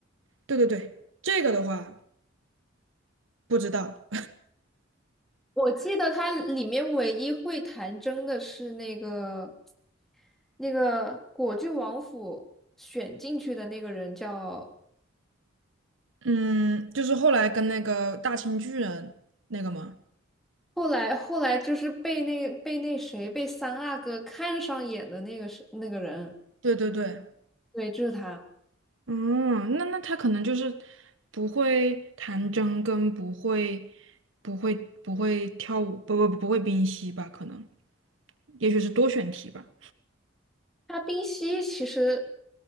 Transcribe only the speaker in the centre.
我记得它里面唯一会弹筝的是那个那个果郡王府选进去的那个人叫，
后来后来就是被那被那谁被三阿哥看上眼的那个是那个人，
对，就是他。
他冰溪其实